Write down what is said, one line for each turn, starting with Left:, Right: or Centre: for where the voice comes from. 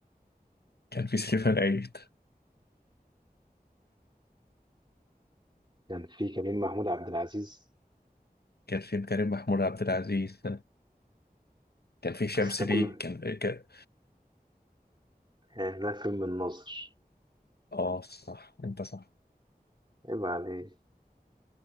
Left: كان في سليمان عيد
Right: كان في كريم محمود عبد العزيز
Left: كان في كريم محمود عبد العزيز كان في شمس
Right: بس ده
Left: ليه
Right: كله
Left: كان إيه، كان
Right: يعني ده فيلم الناظر
Left: اه صح انت صح
Right: عيب عليه